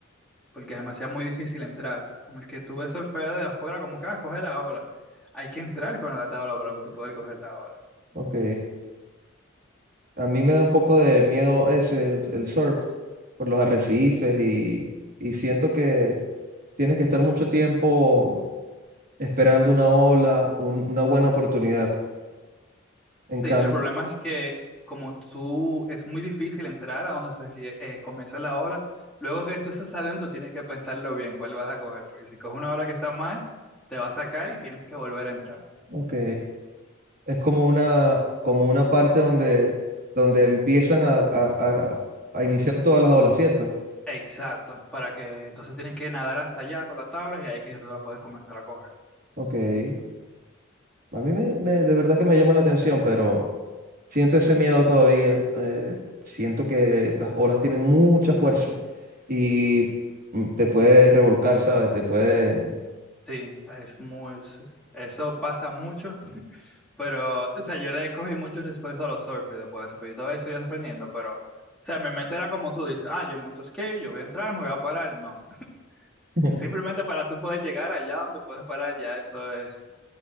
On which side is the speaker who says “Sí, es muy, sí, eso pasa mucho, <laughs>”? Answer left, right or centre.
Centre